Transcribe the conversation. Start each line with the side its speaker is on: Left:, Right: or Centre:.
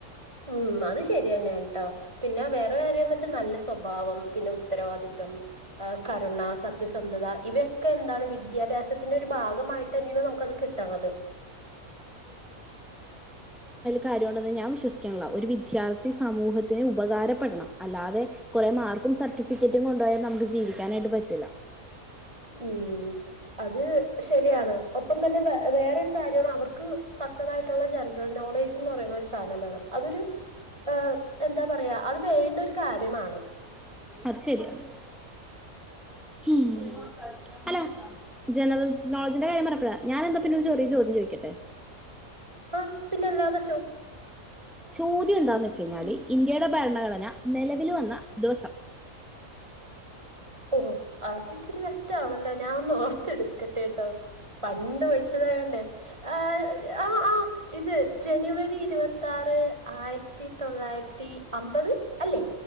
Right: ഉം അത് ശരി തന്നെയാ കേട്ടോ പിന്നെ വേറെ കാര്യന്ന് വെച്ചാ നല്ല സ്വഭാവം പിന്നെ ഉത്തരവാദിത് ത്വം കരുണ സത് സത്യസന്ധത ഇവയൊക്കെ എന്താണ് വിദ്യാഭ്യാസത്തിന്റെ ഒരു ഭാഗമായിട്ട് തന്നെയാണ് നമ്മുക്കത് കിട്ടണത്.
Centre: കാര്യണ്ടെന്ന് ഞാൻ വിശ്വസിക്കില്ല ഒരു വിദ്യാർത്ഥി സമൂഹത്തിന് ഉപകാരപ്പെടണം അല്ലാതെ കുറെ മാർക്കും സർട്ടിഫിക്കറ്റും കൊണ്ടുപയാൽ നമ്മുക്ക് ജീവിക്കാനായിട്ട് പറ്റൂല്ല
Right: ഉം അത് ശരിയാണ് ഒപ്പം തന്നെ വ വേറൊരു കാര്യമാണ് അവർക്ക് പ പക്കതായിട്ടുള്ള ജനറൽ നോളേജ് എന്ന് പറയുന്ന ഒരു സാധനം വേണം അതൊരു ഏ എന്താ പറയാ അത് വേണ്ട ഒരു കാര്യമാണ്.
Centre: അത് ശരിയാണ് ഹ്മ്
Right: ഉം
Centre: അല്ല ജനറൽ നോളജിന്റെ കാര്യം പറഞ്ഞപ്പോളാ ഞാൻ എന്താ പിന്നെ ചെറിയ ചോദ്യം ചോദിക്കട്ടെ?
Right: ആഹ് പിന്നെ അല്ലാതെ
Centre: ചോദ്യം എന്താന്ന് വെച്ച കഴിഞ്ഞാല് ഇന്ത്യയുടെ ഭരണഘടന നിലവിൽ വന്ന ദിവസം?
Right: ഓ അത് ഇച്ചിരി കഷ്ടമാണല്ലോ ഞാനൊന്ന് ഓർത്ത് എടുക്കട്ടെട്ടോ പണ്ട് പഠിച്ചതാകണ്ടേ ആ ആ ആ ഇത് ജനുവരി ഇരുപത്തി ആറ് ആയിരത്തി തൊള്ളായിരത്തി അമ്പത്? അല്ലേ